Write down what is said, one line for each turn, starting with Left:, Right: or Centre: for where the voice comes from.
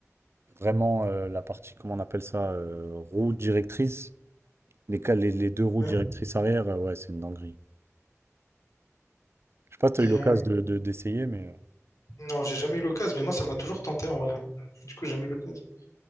Right: vraiment euh, la partie, comment on appelle ça, euh, roue directrice, les, ca- les, les deux roues
Left: ouais.
Right: directrices arrière, euh, ouais, c'est une dinguerie. Je sais pas si tu
Left: Et,
Right: as eu l'occasion
Left: euh,
Right: de, de- d'essayer, mais euh,
Left: non, j'ai jamais eu l'occasion, mais moi, ça m'a toujours tenté en vrai. Du coup, j'ai jamais eu l'occasion.